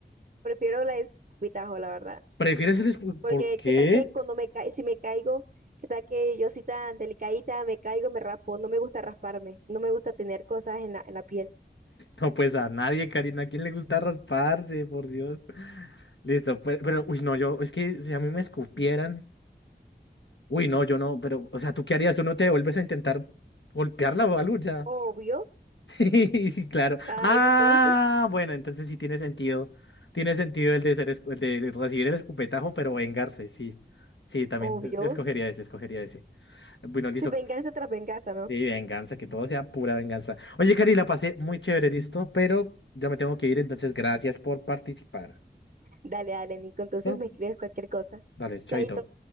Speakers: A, on the right; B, on the left.
A: Prefiero la escupitajo, la verdad.
B: ¿Prefieres el escupitajo?
A: Porque
B: ¿Por qué?
A: qué tal que cuando me ca si me caigo, qué tal que yo soy tan delicadita, me caigo, me raspo. No me gusta rasparme. No me gusta tener cosas en la, en la piel.
B: No, pues a nadie, Karina. ¿A quién le gusta rasparse? Por Dios. Listo, pe- pero, uy, no, yo, es que si a mí me escupieran, uy, no, yo no, pero, o sea, ¿tú qué harías? ¿Tú no te vuelves a intentar golpearla o algo? Ya.
A: Obvio.
B: <laughs> Claro.
A: Ahí
B: Ah,
A: entonces,
B: bueno, entonces sí tiene sentido. Tiene sentido el de ser, escu- el de recibir el escupetajo, pero vengarse, sí. Sí, también.
A: obvio.
B: e- Escogería ese, escogería ese. Bueno, listo.
A: Si venganza tras venganza, ¿no?
B: Sí, venganza, que todo sea pura venganza. Oye, Cari, la pasé muy chévere, listo, pero ya me tengo que ir, entonces gracias por participar.
A: Dale, dale, Nico. Entonces
B: ¿va?
A: me escribes cualquier cosa.
B: Vale, chaito.
A: Chaito.